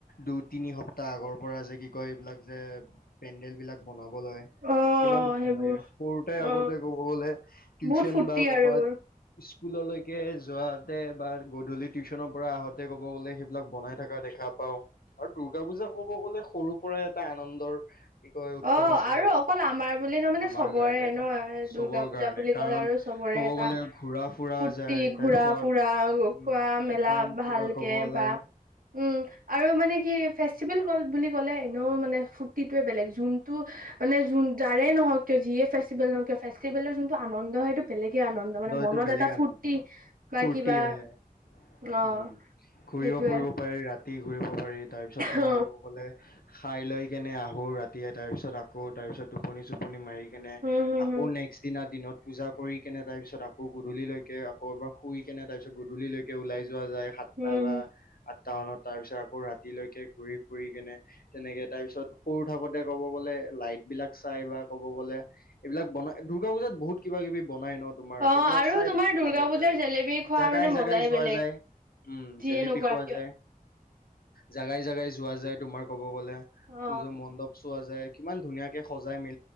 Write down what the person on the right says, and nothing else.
অ
সেইবোৰ
অ
বহুত ফূৰ্তি
আৰু এইবোৰ
অ
আৰু অকল আমাৰ বুলি নহয় মানে
চবৰে
ন
দুৰ্গা পূজা
বুলি
ক'লে আৰু চবৰে
এটা
ফূৰ্তি
ঘুৰা ফুৰা
খোৱা মেলা
ভালকে
বা উম আৰু মানে কি ফেষ্টিভেল হল বুলি গলে এনেও মানে ফূৰ্তিটোৱে বেলেগ যোনটো মানে যাৰে নহওক- কিয় যিয়ে ফেষ্টিভেল ন কিয় ফেষ্টিভেলৰ যোনটো আনন্দ সেইটো বেলেগে আনন্দ মানে মনত
এটা ফূৰ্তি
বা
কিবা
অ
সেইটোয়ে
অ
উম হম
হম
হম
হম
অ
আৰু
তোমাৰ
দুৰ্গা
পূজাৰ
জেলেবি খোৱাৰ
মানে মজাই
বেলেগ
যিয়ে
নোকোৱা
কিয়
অ